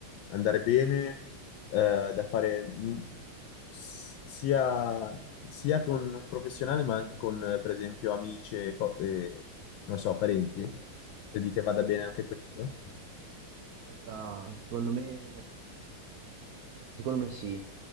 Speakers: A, on the left; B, on the right.
A: andare bene, eh, da fare mh, s- sia, sia con un professionale, ma anche con, eh, per esempio, amici e, co- e, non so, parenti?
B: Ok,
A: Credi che vada
B: Eh,
A: bene anche questo?
B: allora secondo me, secondo me sì,